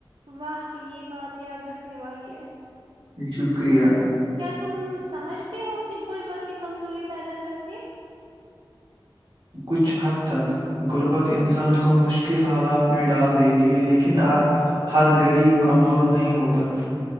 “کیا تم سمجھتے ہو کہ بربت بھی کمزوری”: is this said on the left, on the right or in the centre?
Right